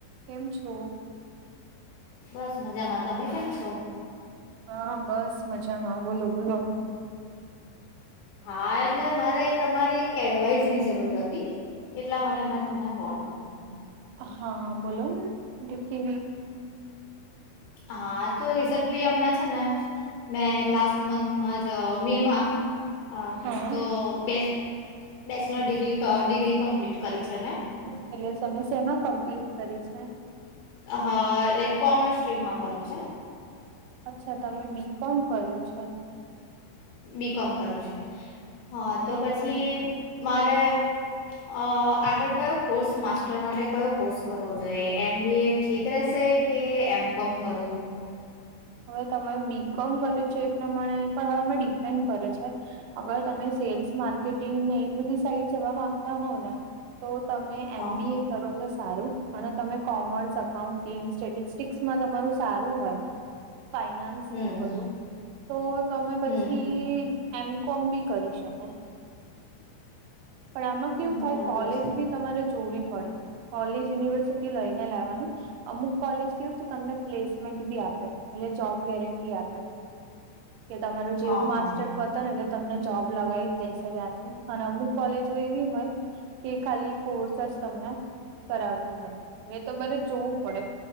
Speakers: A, on the right; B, on the left.
A: કેમ છો?
B: બસ મજામાં તમે કેમ છો
A: હા, બસ મજામાં. બોલો બોલો.
B: હા, એટલે મારે તમારી એક એડવાઈઝ ની જરૂર હતી. એટલા માટે મેં તમને કોલ કર્યો.
A: હા, બોલો નેકી.
B: હા, તો રીસેન્ટલી હમણાં છે ને. મેં લસ્ટ મંથમાં જ મે મા <unintelligible> હ,
A: હા.
B: તો બે બેચલર ડિગ્રી ડિગ્રી કમ્પ્લીટ કરી છે ને.
A: પેલે સમયસ એમાં કમ્પ્લીટ કરી છે.
B: હ, લાઈક કોમર્સ સ્ટ્રીમમાં કર્યું છે.
A: અચ્છા, તમે બી કોમ કર્યું છો?
B: બીકોમ કર્યું છે. હા, તો
A: ઓકે
B: પછી મારે અ આગળ કયો કોર્સ, માસ્ટર માટે કયો કોર્સ કરવો જોઈએ, એમ બી એ ઠીક રહેશે. કે એમ. કોમ કરુ?
A: હવે તમામે બીકોમ કર્યું છે, એ પ્રમાણે પણ હવેમે ડિપેન્ડ કરે છે. અગર તમે સેલ્સ માર્કેટિંગ ને, એ બધી સાઈડ જવા માંગતા હોવ ને. તો તમે
B: હા
A: એમ. બી એ કરો છે? તો સારું, અને તમે કોમર્સ અકાઉન્ટિંગ સ્ટેટિસ્ટિક્સમાં તમારું સારું હોય. ફાઈનાન્સ
B: હમ
A: ને, બધું તો તમે
B: હમ
A: પછી એમ. કોમ. બી કરી શકો, પણ આમાં કેવું
B: બરાબર
A: થાય કોલેજ
B: છે
A: બી તમારે જોવી પડે, કોલેજ યુનિવર્સિટી લઈને લેવાનું, અમુક કોલેજ કેવું છે, તમને પ્લેસમેન્ટ બી આપે, એટલે જોબ ગેરટી આપે. કે તમારું જેવું
B: હા હા
A: માસ્ટર પતા ને, એટલે તમને જોબ લગાવી જ દેશે, ત્યાંથી અને અમુક કોલેજો એવી હોય. કે ખાલી કોર્સ જ તમને કરાવતી હોય, એ તો બરે જોવું પડે.